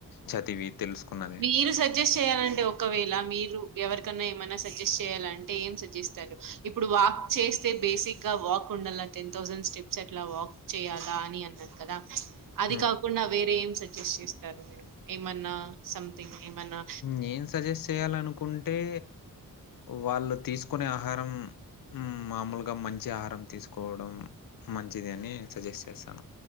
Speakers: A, on the left; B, on the right.
A: చదివి తెలుసుకున్నదే.
B: మీరు సజ్జెస్ చేయాలంటే ఒకవేళ మీరు ఎవరికన్నా ఏమైన్నా సజెస్ట్ చేయాలంటే ఏం సజిస్తారు ఇప్పుడు వాక్ వాక్ చేస్తే బేసిక్ గా వాక్ ఉండాల టెన్ థౌసండ్ స్టెప్స్ అట్లా వాక్ చేయాలా అని అన్నాను కదా అది
A: హ్మ్.
B: కాకుండా వేరే ఏం సజెస్ట్ చేస్తారు మీరు ఏమన్నా సంథింగ్ ఏమన్నా
A: నేను సజెస్ట్ చేయాలనుకుంటే వాళ్ళు తీసుకునే ఆహారం హు మామూలుగా మంచి ఆహారం తీసుకోవడం మంచిది అని సజెస్ట్ చేస్తాను